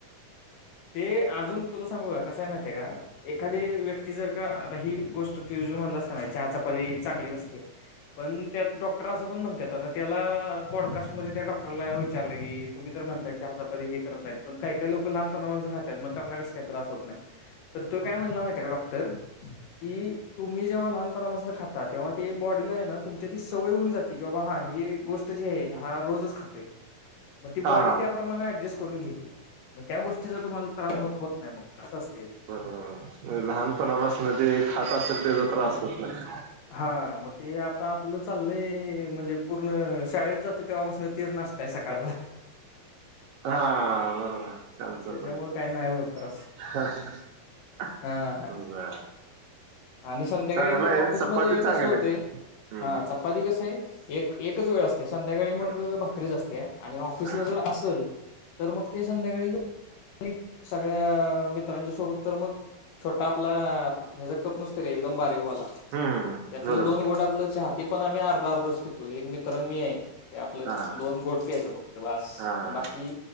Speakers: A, on the left; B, on the right.
A: ते अजून तुला सांगू का कसा आहे माहिती आहे का एखादी व्यक्ती जर का आ ही गोष्ट तू जो म्हणलास की नाही चहा चपाती हे चांगले नसते पण त्यात डॉक्टर असं पण म्हणतात आता त्याला पोडकास्ट मध्ये त्या डॉक्टरां विचारलं की तुम्ही तर म्हणताय चहा चपाती हे करत नाहीत पण काही काही लोक लहपणा पासून खातात मग त्यांना कसं त्रास होत नाही तर तो काय म्हणला माहितीये का डॉक्टर की तुम्ही जेव्हा लहानपणापासून खाता तेव्हा ते बॉडीला आहे ना तुमची ती सवय होऊजाती की बाबा हा ही गोष्ट जी आहे हा रोजच खातोय. मग ती
B: हा
A: बॉडी त्याप्रमाणे ऍडजस्ट करून घेते. मग त्या गोष्टीच तुम्हाला तास होत नाही मगं अस
B: बरोबर बरोबर लहानपणापासून ते खात असेल त्याचा त्रास होत नहीं.
A: हा मग ते आता आपलं चाललंय म्हणजे पूर्ण शाळेत जाते. तेव्हापासनं तोच नाष्टा आहे सकाळचा.
B: हा बरोबर. चहा आणि चपाती
A: त्याच्यामुळे काही नाही होत त्रास
B: <unintelligible>
A: हा आणि संध्याकाळी
B: चांगलं
A: मग
B: आहे
A: ऑफिस
B: चपाती
A: मध्ये
B: चांगली
A: कसं होतंय?
B: आहे हम्म
A: हा चपाती कस आहे एक एकच वेळ अस ते संध्याकाळी
B: हम्म
A: मग
B: हम्म
A: भाकरीच असते आणि ऑफिसला
B: हा
A: जर असेल तर मग ते संध्याकाळी सगळ्या मित्रांच्या सोबत तर मग छोटा आपला ह्याच कप नसते का एकदम बा तो वाला
B: हम्म हम्म
A: त्यातलं
B: बरोबर
A: दोन घोट आपलं चहा ते पण आम्ही अर्धा अर्धच पितो एक मित्रां मी आहे. ते आपलं
B: हा हा
A: दोन घोट प्यायचं फक्त बस
B: हा
A: बाकी